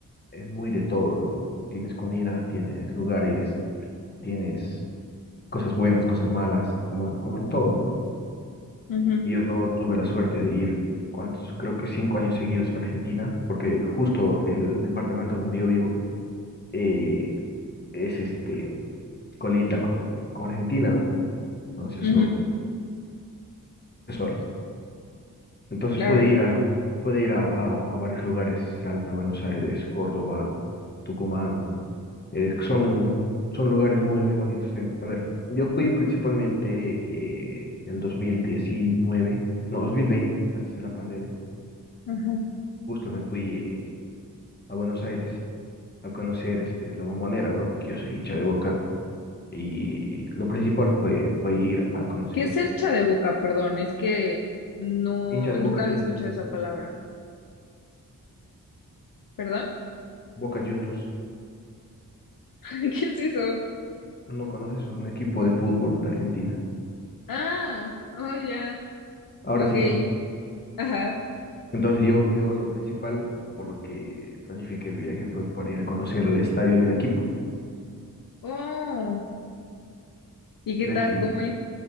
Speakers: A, on the left; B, on the left.
A: es muy de todo, ¿no? Tienes comida, tienes lugares, tienes cosas buenas, cosas malas, como, como en todo, ¿no?
B: Ujú,
A: Y Yo tuve la suerte de ir, ¿cuántos? Creo que cinco años seguidos a la Argentina, porque justo el departamento donde yo vivo eh, es este, colinda con, con Argentina, ¿no? Entonces
B: ujú,
A: son tres horas. Entonces
B: claro.
A: puede ir a, puede ir a, a, a varios lugares, Salta, Buenos Aires, Córdoba, Tucumán. eh, son, son lugares muy, muy bonitos. eh. A ver, yo fui principalmente eh, el dos mil diecinueve no, dos mil veinte antes de la pandemia.
B: ujú.
A: Justo me fui. eh, a Buenos Aires a conocer este, la Bombonera, ¿no? Porque yo soy hincha de Boca y lo principal fue, fue ir a conocer
B: ¿Qué es
A: eso.
B: cercha de boca? Perdón, es que no,
A: Hincha de
B: nunca
A: Boca
B: había
A: Juniors,
B: escuchado
A: ¿no?
B: esa
A: Bo-
B: palabra. ¿Perdón?
A: Boca Juniors,
B: <laughs> ¿Qué es eso?
A: no conoces, es un equipo de fútbol de Argentina.
B: Ah, oh ya,
A: Ahora
B: ok,
A: sí,
B: ajá,
A: entonces yo, yo lo principal por lo que planifiqué el viaje fue para ir a conocer el estadio del equipo,
B: oh, ¿y qué
A: ¿ves?
B: tal?
A: Y
B: ¿Cómo es?